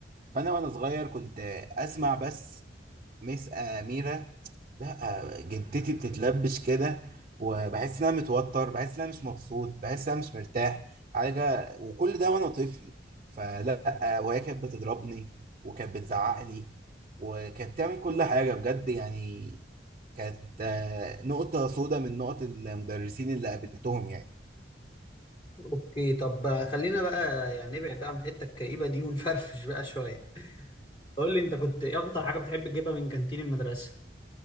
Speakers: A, on the right; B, on the left.
A: فانا وانا صغير كنت اسمع بس مس أميرة لا جدتي بتتلبش كده وبحس ان انا متوتر بحس ان انا مش مبسوط بحس ان انا مش مرتاح حاجه وكل ده وانا طفل فلا وهي كانت بتضربني وكانت بتزعق لي وكانت بتعمل كل حاجه بجد يعني كانت آه، نقطه سودة من نقط المدرسين اللي قابلتهم يعني
B: اوكي طب خلينا بقى يعني نبعد بقى عن الحته الكئيبه دي ونفرفش بقى شويه قول لي انت كنت ايه اكتر حاجه بتحب تجيبها من كانتين المدرسه